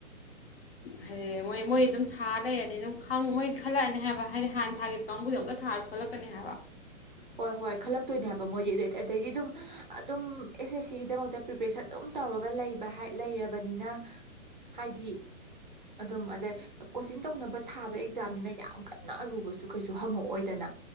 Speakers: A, on the left; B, on the right.
A: ꯍꯥꯏꯗꯤ ꯃꯣꯏ ꯃꯣꯏ ꯑꯗꯨꯝ ꯊꯥ ꯂꯩꯔꯅꯤ ꯑꯗꯨꯝ ꯃꯣꯏ ꯈꯜꯂꯛꯑꯅꯤ ꯍꯥꯏꯕ ꯍꯥꯏꯗꯤ ꯍꯥꯟꯅ ꯊꯥꯒꯤ ꯀꯥꯡꯕꯨꯁ ꯑꯃꯨꯀ ꯊꯥꯔꯁꯨ ꯈꯜꯂꯛꯀꯅꯤ ꯍꯥꯏꯕ
B: ꯍꯣꯏ ꯍꯣꯏ ꯈꯜꯂꯛꯇꯣꯏꯅꯦ ꯍꯥꯏꯕ ꯃꯣꯏꯗꯤ ꯑꯗꯨꯗꯤ ꯑꯗꯩꯗꯤ ꯑꯗꯨꯝ ꯑꯗꯨꯝ ꯑꯦꯁ ꯑꯦꯁ ꯁꯤꯒꯤꯗꯃꯛꯇ ꯄ꯭ꯔꯤꯄꯦꯔꯦꯁꯟ ꯑꯗꯨꯝ ꯇꯧꯔꯒ ꯂꯩꯕ ꯂꯩꯔꯕꯅꯤꯅ ꯍꯥꯏꯗꯤ ꯑꯗꯨꯝ ꯑꯗꯩ ꯀꯣꯆꯤꯡ ꯇꯧꯅꯕ ꯊꯥꯕ ꯑꯦꯛꯖꯥꯝꯅꯤꯅ ꯌꯥꯝ ꯀꯟꯅ ꯑꯔꯨꯕꯁꯨ ꯀꯩꯁꯨ ꯍꯪꯉꯛꯑꯣꯏꯗꯅ